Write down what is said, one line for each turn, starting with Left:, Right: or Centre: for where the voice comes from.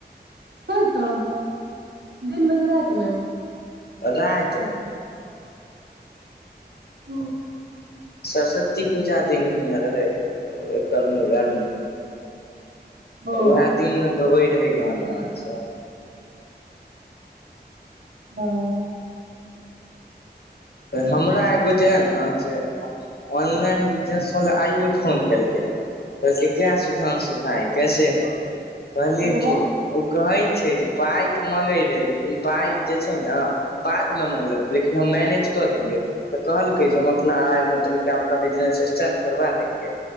Right: हो तऽ दिनमे कि, रतिमे?
Left: राइत न।
Right: गू।
Left: सरस्वती पूजा दिन ही ने रहै, एकर मुूड़न।
Right: ओ
Left: उएह दिन ने गबै रहै। गाना सब।
Right: बाह!
Left: त हमरा एगो जे ने से ऑनलाइन बिजनेसवला आइो फोन केलकै, कहलकै क्या सुधंशु भाय कैसे हो? कहलियै
Right: ओके बाद
Left: ठीक, ओ कहै? प पाइप मगै रहै, लेकिन पाइप जे छै ने। बाद मे मंगलक
Right: हम्म,
Left: लेकिन हम मैनेज। कऽ देलियै तऽ, कहलकै जे हम अपना मतलब आपक बिजनेस स्टार्ट करबा देेंगे।